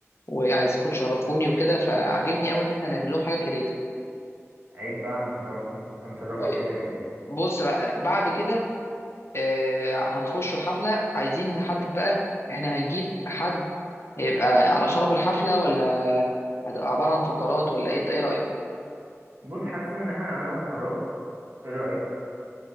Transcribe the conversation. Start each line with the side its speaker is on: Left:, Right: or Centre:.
Left: وعايزكم تشرفوني وكده فعجبني قوي ان احنا نعمل لهم حاجه كريتيف
Right: عيب بقى هنشرفهم هنشرفك
Left: طيب
Right: كده كده
Left: بص بقى بعد كده آه، هنخش الحفله عايزين نحدد بقى احنا هنجيب حد هيبقى على شرف الحفله ولا هتبقى عباره عن فقرات ولا ايه إنت ايه رايك
Right: بص حاسس ان احنا نعملها فقرات ايه رأيك